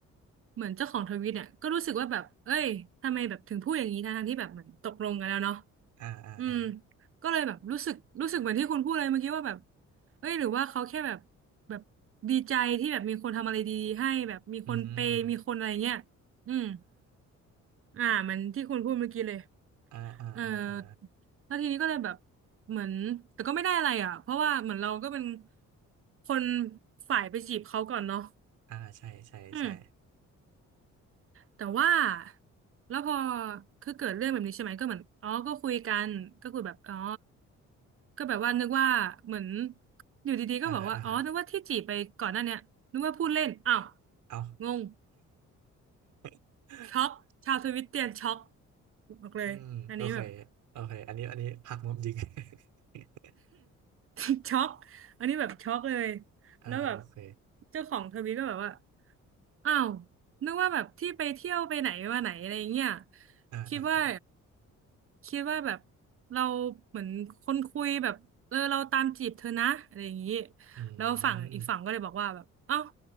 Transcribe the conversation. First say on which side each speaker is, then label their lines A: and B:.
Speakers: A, on the right; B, on the right.
A: เหมือนเจ้าของทวิตเนี่ยก็รู้สึกว่าแบบเอ้ยทำไมแบบถึงพูดอย่างนี้ทั้งๆที่แบบเหมือนตกลงกันแล้วเนาะ
B: อ่าอ่าอ่า
A: อืมก็เลยแบบรู้สึกรู้สึกเหมือนที่คุณพูดเลยเมื่อกี้ว่าแบบเอ้ยหรือว่าเขาแค่แบบแบบดีใจที่แบบมีคนทำอะไรดีๆให้แบบมีคนเปย์มีคนอะไรเงี้ย
B: อืมอหืออือหือ
A: อืมอ่าเหมันที่คุณพูดเมื่อกี้เลย
B: อ่าอ่าอ่าอ่า
A: เออแล้วทีนี้ก็เลยแบบเหมือนแต่ก็ไม่ได้อะไรอ่ะเพราะว่าเหมือนเราก็เป็นคนฝ่ายไปจีบเขาก่อนเนาะ
B: อ่าใช่ใช่ใช่
A: อืม แต่ว่าแล้วพอคือเกิดเรื่องแบบนี้ใช่ไหมก็เหมือนอ๋อก็คุยกันก็คุยแบบอ๋อก็แบบว่านึกว่าเหมือนอยู่ดีๆก็บอกว่าอ๋อนึกว่าที่จีบไปก่อนหน้าเนี้ยนึกว่าพูดเล่นอ้า
B: อ่าฮะอ่าฮะเอา
A: วงง
B: <laughs>
A: ช็อกชาวทวิตเตียนช็อกบอกเลยอันนี้แบบ
B: อืมโอเคโอเคอันนี้อันนี้ผักมุมจริง <laughs>
A: <laughs> ช็อกอันนี้แบบช็อกเลย
B: อ่าโอเค
A: แล้วแบบเจ้าของทวิตก็แบบว่า อ้าวนึกว่าแบบที่ไปเที่ยวไปไหนมาไหนอะไรเงี้ย
B: อ่าอ่าอ่า
A: คิดว่าคิดว่าแบบเราเหมือนคนคุยแบบเออเราตามจีบเธอนะอะไรอย่างนี้
B: อื
A: แล้วฝั่งอีกฝั่งก็เลยบอกว่าแบบเอ้า
B: ม